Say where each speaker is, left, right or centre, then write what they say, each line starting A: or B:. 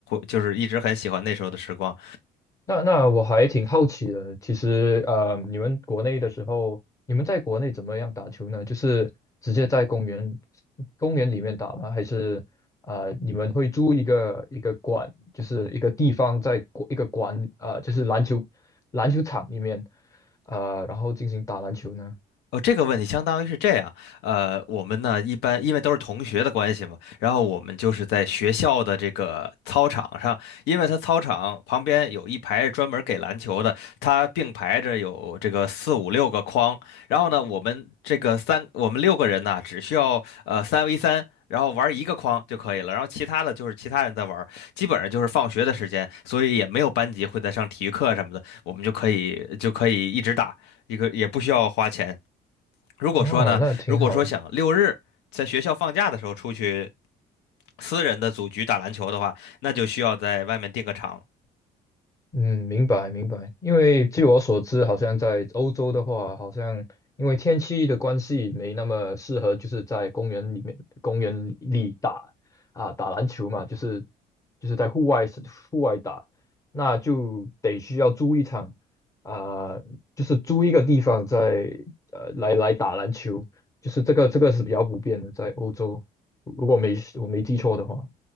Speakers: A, on the left; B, on the left.
A: 就是一直很喜欢那时候的时光。
B: 那那我还挺好奇的，其实呃，你们国内的时候，你们在国内怎么样打球呢？就是直接在公园公园里面打吗？还是呃，你们会租一个一个馆，就是一个地方在国一个馆呃，就是篮球篮球场里面呃，然后进行打篮球呢？
A: 哦，这个问题相当于是这样，呃，我们呢一般因为都是同学的关系嘛，然后我们就是在学校的这个操场上，因为他操场旁边有一排专门给篮球的，他并排着有这个四五六个框，然后呢，我们这个三我们六个人呢只需要呃三 v 三。然后玩一个框就可以了，然后其他的就是其他人在玩，基本上就是放学的时间，所以也没有班级会在上体育课什么的，我们就可以就可以一直打，一个也不需要花钱。如果说呢，
B: 啊，那挺好，
A: 如果说想六日在学校放假的时候出去私人的组局打篮球的话，那就需要在外面订个场。
B: 嗯，明白明白。因为据我所知，好像在欧洲的话，好像因为天气的关系，没那么适合，就是在公园里面、公园里打啊打篮球嘛，就是就是在户外户外打，那就得需要租一场啊、就是租一个地方在呃来来打篮球，就是这个这个是比较普遍的，在欧洲，如果没我没记错的话，